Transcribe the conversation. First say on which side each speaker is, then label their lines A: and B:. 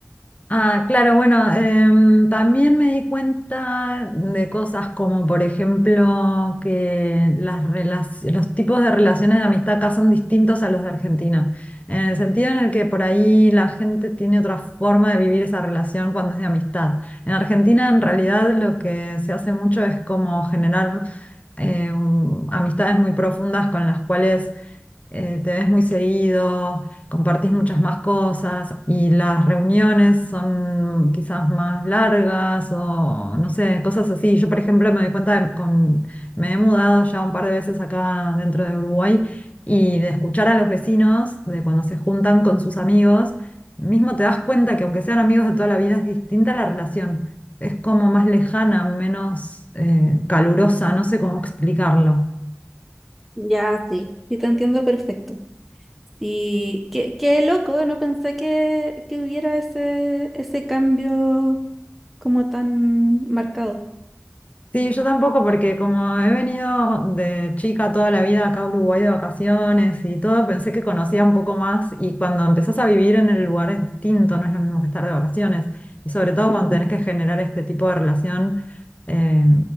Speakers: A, on the left; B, in the centre.
A: Ah, claro, bueno, em, también me di cuenta de cosas como, por ejemplo, que las relaci- los tipos de relaciones de amistad acá son distintos a los de Argentina, en el sentido en el que por ahí la gente tiene otra forma de vivir esa relación cuando es de amistad. En Argentina, en realidad, lo que se hace mucho es como generar eh, un- amistades muy profundas con las cuales eh, te ves muy seguido, compartís muchas más cosas y las reuniones son quizás más largas o no sé, cosas así. Yo, por ejemplo, me doy cuenta de- con, me he mudado ya un par de veces acá dentro de Uruguay y de escuchar a los vecinos, de cuando se juntan con sus amigos, mismo te das cuenta que aunque sean amigos de toda la vida, es distinta la relación. Es como más lejana, menos eh, calurosa, no sé cómo explicarlo.
B: Ya, sí. Sí, te entiendo perfecto. Sí, qué, qué loco, no pensé que, que hubiera ese, ese cambio como tan marcado.
A: Sí, yo tampoco, porque como he venido de chica toda la vida acá a Uruguay de vacaciones y todo, pensé que conocía un poco más y cuando empezás a vivir en el lugar es distinto, no es lo mismo que estar de vacaciones. Y sobre todo
B: Ujú.
A: cuando tenés que generar este tipo de relación eh,